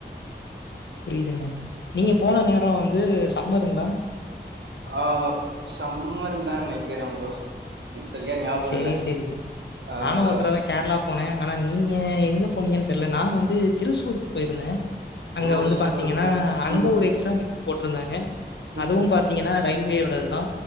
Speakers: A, on the left (about 70°); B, on the right (about 75°).
A: புரியுதுங்க நீங்க போன நேரோ வந்து சம்மருங்ளா
B: ஆஹ் சம்மர்ன்தா நெனைக்கிறே ப்ரோ எனக்கு சரியா ஞாபகோ
A: சரி,
B: இல்ல
A: சரி.
B: ஆஹ்
A: நானும் ஒரு தடவ கேரளா போனேன். ஆனா நீங்க எங்க போனீங்கன்னு தெர்ல நா வந்து திருசூருக்கு பொயிருந்தே அங்க
B: ஓ
A: வந்து
B: சூப்பர்
A: பாத்தீங்கன்னா
B: ப்ரோ
A: அங்க
B: ம்
A: ஒரு எக்ஸாம் போட்ருந்தாங்க
B: ம்
A: அதுவு பாத்தீங்ன்னா ரயில்வே ஒடது தா